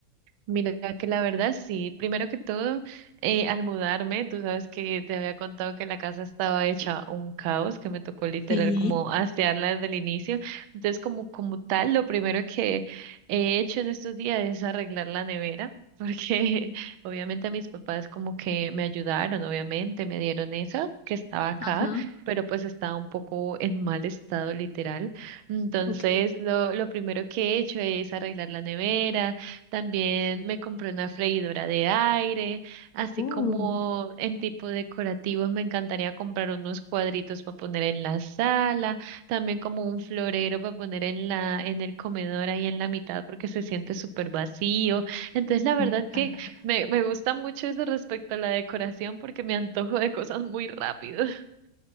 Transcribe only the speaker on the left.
Sí.
Ajá,
ok.
Uh,
me encanta.